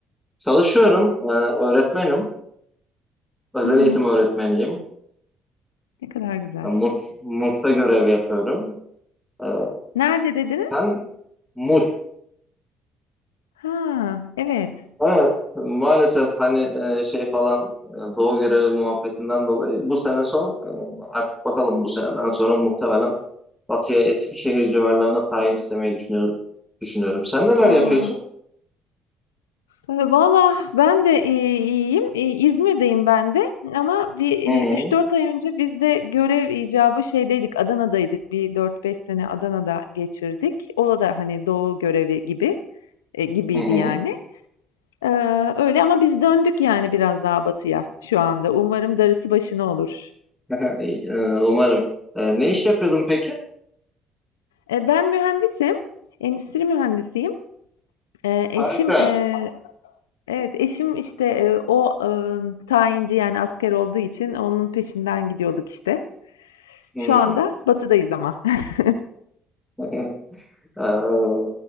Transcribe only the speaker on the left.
Ha,
ne kadar güzel.
Nerede dedin?
Ha, evet.
Aa,
valla ben de, eee, iyiyim. Eee, İzmir'deyim ben de ama bir, eee,
3-4 ay önce biz de görev icabı şeydeydik, Adana'daydık. Bir dört beş sene Adana'da geçirdik. O da hani doğu görevi gibi e, gibiydi
yani. Eee, öyle ama biz döndük yani biraz daha batıya şu anda. Umarım darısı başına olur.
E, ben mühendisim, endüstri mühendisiyim. E, eşim
e, Evet, eşim işte e, o e, tayinci yani asker olduğu için onun peşinden gidiyorduk işte.
Şu anda batıdayız ama. <laughs>